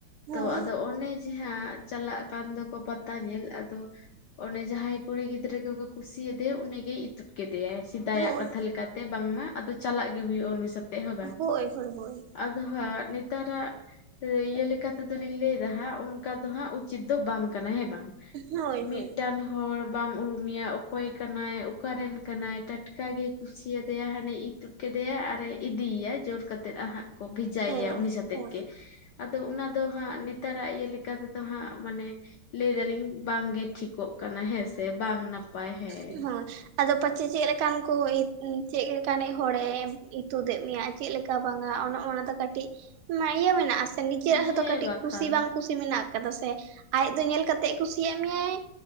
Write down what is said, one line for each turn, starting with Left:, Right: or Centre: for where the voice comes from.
Right: ᱦᱳᱭ
Left: ᱛᱚ ᱟᱫᱚ ᱚᱱᱮ ᱡᱮᱦᱟᱸ ᱪᱟᱞᱟᱜ ᱠᱟᱱ ᱫᱚᱠᱚ ᱯᱟᱛᱟ ᱧᱮᱞ ᱟᱫᱚ ᱚᱱᱰᱮ ᱡᱟᱦᱟᱸᱭ ᱠᱩᱲᱤ ᱜᱤᱫᱽᱨᱟᱹ ᱜᱮᱠᱚ ᱠᱩᱥᱤᱭᱟ ᱫᱮᱭᱟ ᱩᱱᱤ ᱜᱮᱭ ᱤᱫ ᱛᱩᱫ ᱠᱮᱫᱮᱭᱟᱭ ᱥᱮᱫᱟᱭᱟᱜ
Right: ᱦᱳᱭ
Left: ᱠᱟᱛᱷᱟ ᱞᱮᱠᱟᱛᱮ, ᱵᱟᱝᱢᱟ ᱟᱫᱚ ᱪᱟᱞᱟᱜ ᱜᱮ ᱦᱩᱭᱩᱜᱼᱟ ᱩᱱᱤ ᱥᱟᱛᱮ ᱾ ᱦᱮ ᱵᱟᱝ,
Right: ᱦᱳᱭ ᱦᱳᱭ ᱦᱳᱭ
Left: ᱟᱫᱚ ᱦᱟᱜ ᱱᱤᱛ ᱱᱮᱛᱟᱨᱟᱜ ᱤᱭᱟᱹ ᱞᱮᱠᱟ ᱛᱮ ᱫᱚᱞᱤᱧ ᱞᱟᱹᱭ ᱮᱫᱟ ᱦᱟᱸᱜ, ᱚᱱᱠᱟ ᱫᱚ ᱦᱟᱸᱜ ᱩᱪᱤᱛ ᱫᱚ ᱵᱟᱝ ᱠᱟᱱᱟ ᱦᱮᱸ ᱵᱟᱝ?
Right: ᱦᱳᱭ
Left: ᱢᱤᱫᱴᱟᱝ
Right: ᱦᱳᱭ
Left: ᱦᱚᱲ ᱵᱟᱢ ᱩᱨᱩᱢᱮᱭᱟ ᱚᱠᱚᱭ ᱠᱟᱱᱟᱭ, ᱚᱠᱟᱨᱮᱱ ᱠᱟᱱᱟᱭ, ᱴᱟᱴᱠᱟ ᱜᱮᱭ ᱠᱩᱥᱤᱭᱟᱫᱮᱭᱟ ᱦᱟᱱᱮ ᱤᱛᱩᱫ ᱠᱮᱫᱮᱭᱟᱭ ᱟᱨᱮ ᱤᱫᱤᱭᱟᱭ ᱡᱳᱨ ᱠᱟᱛ ᱛᱮᱫ ᱦᱟᱸᱜ ᱠᱚ ᱵᱷᱮᱡᱟᱭᱮᱭᱟ
Right: ᱦᱳᱭ
Left: ᱩᱱᱤ ᱥᱟᱛᱮᱫ
Right: ᱦᱳᱭ
Left: ᱜᱮ, ᱟᱫᱚ ᱚᱱᱟ ᱫᱚ ᱦᱟᱸᱜ ᱱᱮᱛᱟᱨᱟᱜ ᱤᱭᱟᱹ ᱞᱮᱠᱟ ᱞᱮᱠᱟ ᱛᱮᱫᱚ ᱦᱟᱸᱜ, ᱢᱟᱱᱮ ᱞᱟᱹᱭ ᱫᱟᱞᱤᱧ ᱵᱟᱝ ᱜᱮ ᱴᱷᱤᱠᱚᱜ ᱠᱟᱱᱟ ᱦᱮᱸ ᱥᱮ, ᱵᱟᱝ ᱱᱟᱯᱟᱭ ᱦᱮᱸ
Right: ᱦᱳᱭ
Left: ᱾
Right: ᱟᱫᱚ ᱯᱟᱪᱮ ᱪᱮᱫ ᱞᱮᱠᱟᱱ ᱠᱚ ᱪᱮᱫ ᱞᱮᱠᱟᱱᱤᱡ ᱦᱚᱲᱮ ᱤᱛᱩᱫ ᱮ ᱢᱮᱭᱟ ᱪᱮᱫ ᱞᱮᱠᱟ ᱵᱟᱝᱟ, ᱚᱱᱮ ᱚᱱᱟ ᱫᱚ ᱠᱟᱹᱴᱤᱡ ᱤᱭᱟᱹ ᱢᱮᱱᱟᱜᱼᱟᱥᱮ ᱱᱤᱡᱮᱨᱟᱜ ᱦᱚᱸᱛᱚ
Left: ᱦᱮᱸ
Right: ᱠᱟᱹᱴᱤᱡ
Left: ᱵᱟᱠᱷᱟᱱ
Right: ᱠᱩᱥᱤ ᱵᱟᱝ ᱠᱩᱥᱤ ᱢᱮᱱᱟᱜ ᱟᱠᱟᱫᱟ ᱥᱮ, ᱟᱡ ᱫᱚ ᱧᱮᱞ ᱠᱟᱛᱮᱜ ᱠᱩᱥᱤᱭᱟᱜ ᱢᱮᱭᱟᱭ